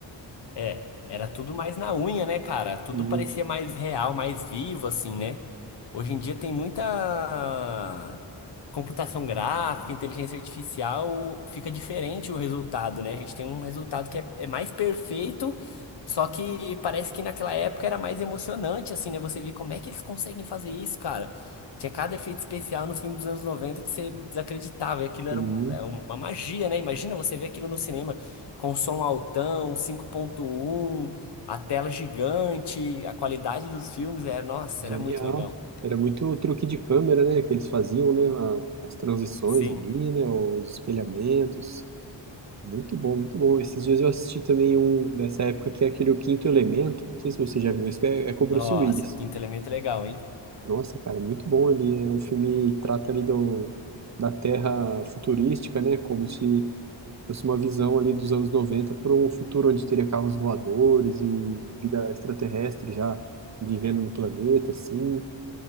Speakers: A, on the left; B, on the right.
A: É, era tudo mais na unha, né, cara? Tudo
B: E,
A: parecia mais real, mais vivo, assim, né? Hoje em dia tem muita computação gráfica, inteligência artificial, fica diferente o resultado, né? A gente tem um resultado que é, é mais perfeito, só que parece que naquela época era mais emocionante, assim, né? Você via como é que eles conseguem fazer isso, cara? Tinha cada efeito especial nos filmes dos anos 90 que você desacreditava, e aquilo
B: e
A: era um- é uma magia, né? Imagina você ver aquilo no cinema com som altão, cinco ponto um, a tela gigante, a qualidade dos filmes era, nossa,
B: genial.
A: era muito legal.
B: Era muito truque de câmera, né? Que eles faziam, né? a- as transições
A: Sim.
B: ali, né? Os espelhamentos. Muito bom, muito bom. Esses dias eu assisti também um dessa época que é aquele O Quinto Elemento. Não sei se você já viu isso, que é, é com o Bruce
A: Nossa,
B: Willis.
A: Quinto Elemento é legal, hein?
B: Nossa, cara, muito bom. Ele é um filme que trata ali do, da Terra futurística, né? Como se fosse uma visão ali dos anos 90 para um futuro onde teria carros voadores e vida extraterrestre já vivendo no planeta, assim.